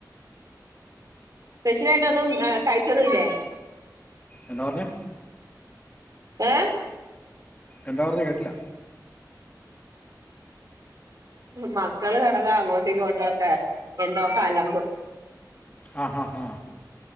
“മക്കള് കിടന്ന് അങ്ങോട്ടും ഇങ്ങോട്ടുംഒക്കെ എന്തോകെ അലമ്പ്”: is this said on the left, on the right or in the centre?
Right